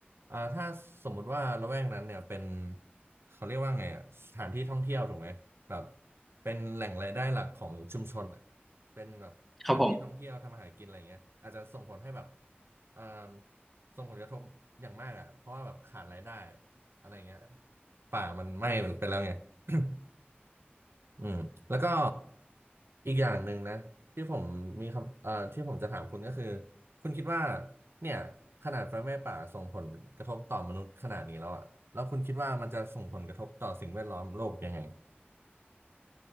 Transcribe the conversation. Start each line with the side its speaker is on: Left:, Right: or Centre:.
Right: อ่าถ้าสมมุติว่าละแวกนั้นเนี่ยเป็นเขาเรียกว่าไงอ่ะสถานที่ท่องเที่ยวถูกไหมแบบเป็นแหล่งรายได้หลักของชุมชนอ่ะเป็นแบบสถานที่ท่องเที่ยวทำอาหารกินอะไรเงี้ยอาจจะส่งผลให้แบบ
Centre: ครับผม
Right: อ่าส่งผลกระทบอย่างมากอ่ะเพราะว่าแบบขาดรายได้อะไรเงี้ยป่ามันไหม้ไปแล้วไง <coughs> อืมแล้วก็อีกอย่างหนึ่งนะที่ผมมีคำเอ่อที่ผมจะถามคุณก็คือคุณคิดว่าเนี่ยขนาดไฟไหม้ป่าส่งผลกระทบต่อมนุษย์ขนาดนี้แล้วอะแล้วคุณคิดว่ามันจะส่งผลกระทบต่อสิ่งแวดล้อมโลกยังไง